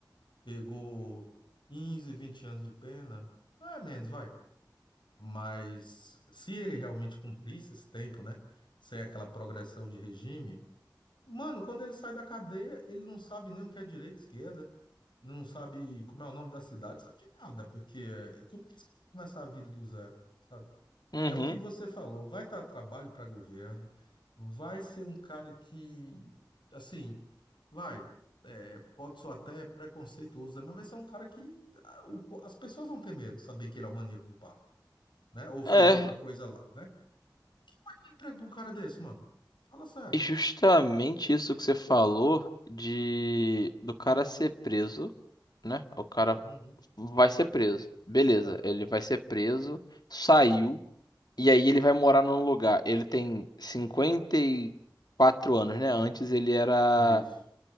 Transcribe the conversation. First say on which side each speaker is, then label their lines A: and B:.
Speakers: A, on the left; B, on the left.
A: pegou 15, 20 anos de pena. É, menos, vai. Mas se ele realmente cumprisse esse tempo, né? Sem aquela progressão de regime, mano, quando ele sai da cadeia, ele não sabe nem o que é direita, esquerda, não sabe como é o nome da cidade, sabe de nada, porque é, como é que você vai começar a vida do zero, sabe?
B: Uhum.
A: É o que você falou, vai dar trabalho para governo, vai ser um cara que, assim, vai, é, pode soar até preconceituoso, né, mas vai ser um cara que ah, o po- as pessoas vão ter medo de saber que ele é o maníaco do né? Ou fez
B: É,
A: outra coisa lá, né? Vai dar emprego pra um cara desse, mano. Fala sério.
B: e justamente isso que você falou de do cara ser preso, né? O cara
A: Uhum.
B: vai ser preso. Beleza,
A: É,
B: ele vai ser preso, saiu. E aí ele vai morar num lugar. Ele tem cinquenta e quatro anos, né? Antes ele era.
A: isso.